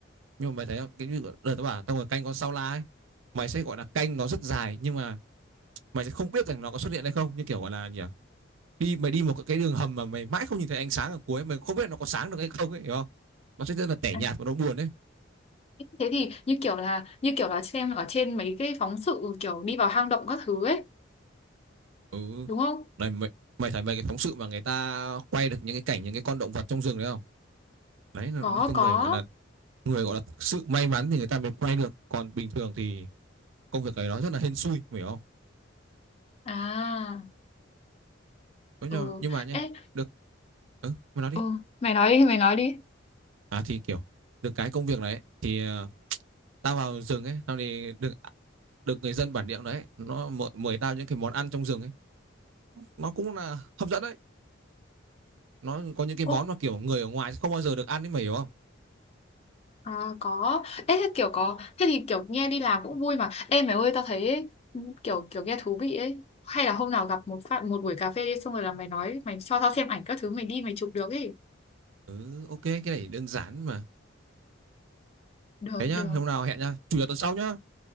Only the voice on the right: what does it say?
nhưng mà mày thấy cái như đợt tao bảo tao ngồi canh con sao la ấy mày sẽ gọi là canh nó rất dài nhưng mà mày sẽ không biết rằng nó có xuất hiện hay không như kiểu gọi là gì à? đi mày đi một cái đường hầm mà mày mãi không nhìn thấy ánh sáng ở cuối mày không biết nó có sáng được hay không ấy hiểu không nó sẽ rất là tẻ
nhạt và nó buồn đấy.
ừ
này mày mày thấy mấy cái phóng sự mà người ta quay được những cái cảnh những cái con động vật trong rừng đấy không đấy là
những cái
người gọi là người gọi là thực sự may mắn thì người ta mới quay được còn bình thường thì công việc ấy nó rất là hên xui mày hiểu không
Đúng rồi,
nhưng mà nhé,
được, ừ, mày nói đi.
À thì kiểu, được cái công việc đấy, ấy, thì ờ, tao vào rừng ấy, tao thì được được người dân bản địa đấy, nó mời, mời tao những cái món ăn trong rừng ấy. Nó cũng là hấp dẫn đấy. Nó có những cái
món mà kiểu người ở ngoài không bao giờ được ăn ấy, mày hiểu không?
Ừ, ok, cái này đơn giản mà.
Thế nhá,
hôm nào hẹn nhá, chủ nhật tuần sau nhá.